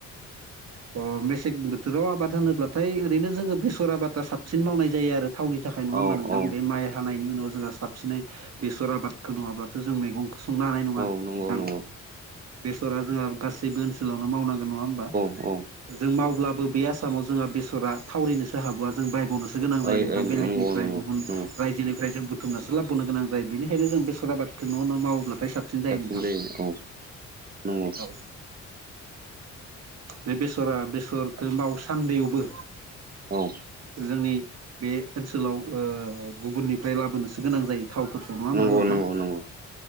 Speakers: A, on the right; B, on the right.
A: अ मेसें बोथोराव आबाद होनोब्लाथाय ओरैनो जोङो बेसर आबादा साबसिन मावनाय जायो आरो थावनि थाखाय नङा होमबा
B: औ
A: नोंथां
B: औ
A: बे माइ हानायनि उनाव जोंहा साबसिनै बेसर आबादखौ नङाब्लाथ' जों मैगं संनो हानाय नङा
B: औ नंगौ
A: नोंथां
B: नंगौ
A: बेसरा जोंहा गासैबो ओनसोलावनो मावनांगौ नङा होमबा
B: अ
A: जों मावब्लाबो बे आसामाव जोंहा बेसरा थावरिनो स हाबावा जों बायबावनोसो गोनां जायो
B: ओइ
A: नोंथां
B: ओइ
A: बेलेगनिफ्राय
B: नंगौ नंगौ
A: गुबुन
B: नंगौ
A: रायजोनिफ्राय जों दुमनासो लाबोनो गोनां जायो बेनिखायनो जों बेसर आबादखौ न' न' मावोब्लाथाय साब सिन
B: साबसिन
A: जायो नोंथां
B: औ नंगौ
A: औ बे बेसरा बेसरखौ माव सान्दियावबो
B: औ
A: जोंनि बे ओनसोलाव गुबुननिफ्राय लाबोनोसो गोनां जायो थावफोर नङा होमबा
B: नंगौ
A: नोंथां?
B: नंगौ नंगौ